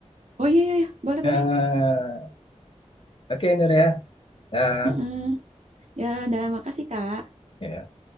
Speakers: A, on the right; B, on the left.
A: Oh iya iya, iya. boleh
B: Ah,
A: boleh.
B: oke Nur ya. Nah,
A: Mm-mm. Ya, udah makasih Kak.
B: ya.